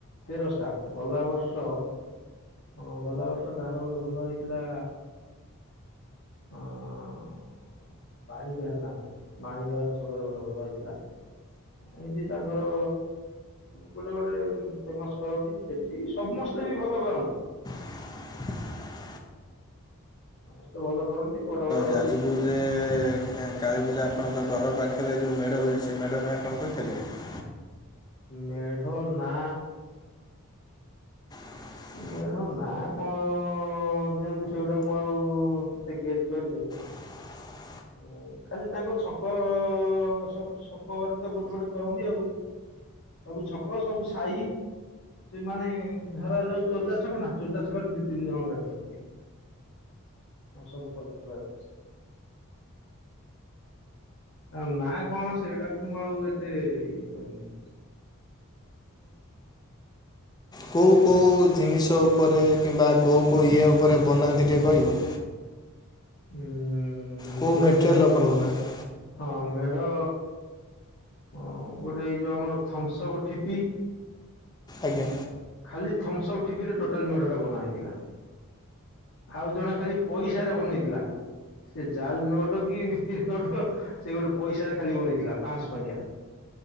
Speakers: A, on the left (about 60°); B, on the left (about 20°).
A: ତେରସତା ଗଲା ବର୍ଷ ହଁ ଗଲା ବର୍ଷ କାହାର ଗୋଟେ ଭଲ ହେଇଥିଲା। ହଁ ବାଣୀ ବିହାର ନା କଣ ବାଣୀ ବିହାର ଛୋକରେ ଗୋଟେ ଭଲ ହେଇଥିଲା ଏ ଯଦି ତାଙ୍କର ଗୋଟେ ଗୋଟେ ଫେମସ କରନ୍ତି ସେଠି ସମସ୍ତେ ବି ଭଲ କରନ୍ତି।
B: <inaudible>
A: ସମସ୍ତେ ଭଲ କରନ୍ତି। ବଡ଼ ବଡ଼
B: ଯାଜୀପୁରରେ
A: ଇଏ କରନ୍ତି
B: କାଳୀପୁଜା ଆପଣଙ୍କ ଘର ପାଖରେ ଯେଉଁ ମେଢ ହୁଏ ସେ ମଢ଼ ନାଁ କଣ କହିପାରିବେ।
A: ମେଢ ନା
B: <inaudible>
A: ମେଢ ନା କଣ ଦିଅନ୍ତି ସେଗୁଡା ମୁଁ ଆଉ ଏତେ ଗେସ୍ କରିନାହି।
B: <inaudible>
A: <inaudible> ଖାଲି ତାଙ୍କ ଛକ ସବୁ ଛକରେ ତ ଗୋଟେ ଗୋଟେ କରନ୍ତି ଆଉ ସବୁ ଛକ ସବୁ ସାଇ ସେମାନେ ଧର ଯାଉ ଚୋରତା ଛକ ନା ଚୋରତା ଛକରେ ଦି ତିନି ଜଣ ମେଢ଼ କରି ଥିବେ। ହଁ ସବୁ କଲାନିବାଲା। ତା ନା କଣ ସେଇଟାକୁ ମୁଁ ଆଉ ଏତେ ଇଏ କରିନି। <inaudible>
B: କୋଉ କୋଉ କୋଉ ଜିନିଷ ଉପରେ କିମ୍ବା କୋଉ କୋଉ ଇଏ ଉପରେ ବନାନ୍ତି ଟିକଏ କହିବ।
A: ଉ
B: କୋଉ
A: ଗୋଟେ
B: ମେଟେରିଆଲ୍
A: ମେଢ।
B: ଉପରେ ବନାଯାଏ
A: ହଁ ମେଢ ଗୋଟେ ଏଇ ଯଉ ଆମର ଥମ୍ସଅପ୍ ଠିପି
B: ଆଜ୍ଞା।
A: ଖାଲି ଥମସପ। ଠିପି ରେ ଟୋଟାଲେ ମେଢଟା ବନା ହେଇଥିଲା। ଆଉ ଜଣେ ଖାଲି ପଇସାରେ ବନେଇଥିଲା। ସେ ଜାଲ ନୋଟ୍ କି ନଟ ସେ ଗୋଟେ ପଇସାରେ ଖାଲି ବଣେଇଥିଲା ପାଞ୍ଚଶହ ଟଙ୍କିଆ